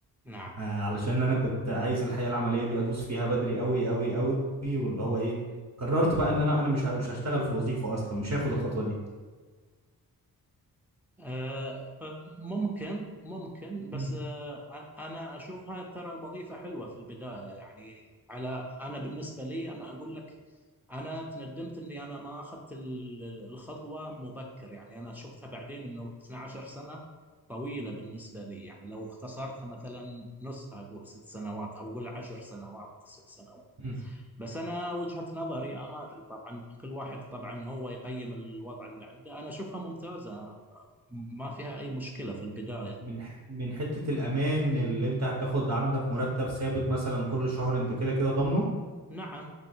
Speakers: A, in the centre; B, on the right.
A: نعم
B: آه، علشان انا كنت عايز الحياه العمليه دي ادوس فيها بدري قوي قوي قوي واللي هو ايه قررت بقى ان انا انا مش ه- مش هشتغل في وظيفه اصلا مش هاخد الخطوه دي
A: آه، ممكن ممكن بس
B: مم.
A: آه، أنا أشوفها ترى الوظيفة حلوة في البداية يعني على أنا بالنسبة لي أنا أقول لك أنا تندمت إني أنا ما أخذت ال- الخطوة مبكر يعني أنا شفتها بعدين إنه 12 سنة طويلة بالنسبة لي يعني لو اختصرتها مثلا نصها أقول ست سنوات أو أقول 10 سنوات تسع سنوات
B: مم.
A: بس انا وجهة نظري آه، ما ادري طبعا كل واحد طبعا هو يقيم الوضع اللي عنده انا اشوفها ممتازة ما فيها اي مشكلة في البداية
B: من ح- من حته الامان اللي انت هتاخد عندك مرتب ثابت مثلا كل شهر انت كده كده ضامنه
A: نعم